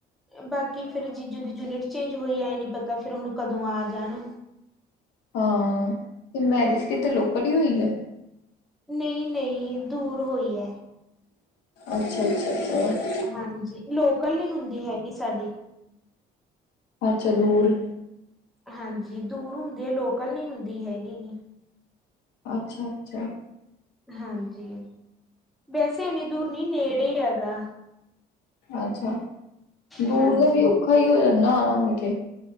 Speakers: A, in the centre; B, on the left.
A: ਬਾਕੀ ਫਿਰ ਜੀਜੂ ਦੀ ਯੂਨਿਟ ਚੇਂਜ ਹੋਈ ਆਏ ਨਹੀਂ ਪਤਾ ਫਿਰ ਹੁਣ ਕਦੋਂ ਆ ਜਾਣ।
B: ਹਾਂ, ਤੇ ਮੈਰਿਜ ਕਿਤੇ ਲੋਕਲ ਹੀ ਹੋਈ ਏ।
A: ਨਹੀਂ-ਨਹੀਂ ਦੂਰ ਹੋਈ ਹੈ।
B: ਅੱਛਾ-ਅੱਛਾੱਛਾ।
A: ਹਾਂਜੀ ਲੋਕਲ ਨਹੀਂ ਹੁੰਦੀ ਹੈਗੀ ਸਾਡੀ।
B: ਅੱਛਾ ਦੂਰ
A: ਹਾਂਜੀ ਦੂਰ ਹੁੰਦੇ ਆ ਲੋਕਲ ਨੀ ਹੁੰਦੀ ਹੈਗੀਗੀ।
B: ਅੱਛਾ-ਅੱਛਾ।
A: ਹਾਂਜੀ, ਵੈਸੇ ਇੰਨੀ ਦੂਰ ਨਹੀਂ ਨੇੜੇ ਹੀ ਹੈਗਾ।
B: ਅੱਛਾ ਦੂਰ
A: ਹਾਂਜੀ
B: ਦਾ ਵੀ ਔਖਾ ਹੀ ਹੋ ਜਾਂਦਾ ਆਣਾ ਮੁੜਕੇ